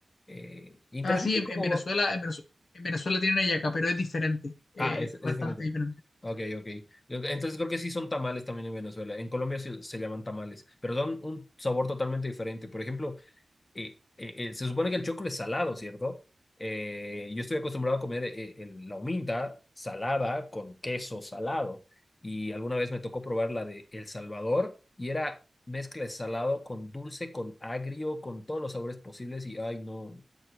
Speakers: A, on the left (about 35°); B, on the left (about 80°).
A: eh, interesante
B: Ah, sí, en,
A: cómo...
B: en Venezuela, en Venezuela, en Venezuela tienen hallaca, pero es diferente, eh,
A: Ah, es, es diferente.
B: bastante diferente.
A: Ok, ok. Yo- Entonces creo que sí son tamales también en Venezuela. En Colombia sí se llaman tamales, pero son un sabor totalmente diferente. Por ejemplo, eh, eh, eh, se supone que el choclo es salado, ¿cierto? Eh, yo estoy acostumbrado a comer eh, el- la huminta salada con queso salado. Y alguna vez me tocó probar la de El Salvador y era mezcla de salado con dulce, con agrio, con todos los sabores posibles. Y ay, no.